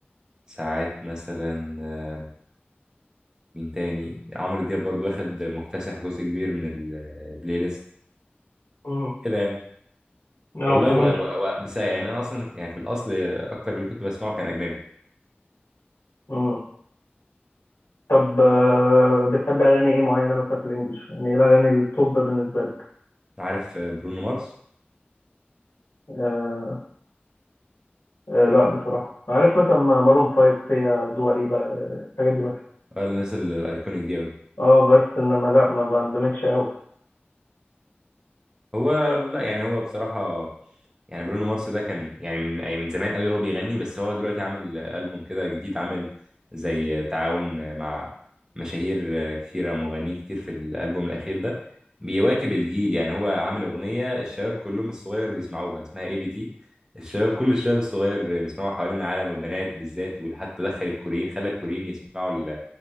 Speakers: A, on the right; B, on the left.
A: ساعات مثلا آه، مين تاني عمرو دياب برضو واخد مكتسح جزء كبير من البلاي ليست
B: مم.
A: كده يعني
B: اه
A: والله
B: فهمت
A: و... و... و... بس يعني أنا أصلا يعني في الأصل أكتر اللي كنت بسمعه كان أجنبي
B: مم. طب آه، بتحب اغاني ايه معينه مثلا في الانجليش يعني ايه الاغاني التوب بالنسبه لك
A: عارف آه، برونو مارس
B: آه آه لا بصراحه عارف مثلا مارون فايف فيا دواريبا آه، الحاجات دي مثلا
A: آه، الناس الأيكونيك دي أوي
B: اه بس انما لا ما بندمجش قوي
A: هو لا يعني هو بصراحة يعني برونو مارس ده كان يعني من من زمان قوي هو بيغني بس هو دلوقتي عامل ألبوم كده جديد عامل زي تعاون مع مشاهير كتيرة ومغنيين كتير في الألبوم الأخير ده بيواكب الجيل يعني هو عامل أغنية الشباب كلهم الصغير بيسمعوها اسمها اي بي تي الشباب كل الشباب الصغير بيسمعوها حوالين العالم والبنات بالذات وحتى دخل الكوريين خلى الكوريين يسمعوا ال-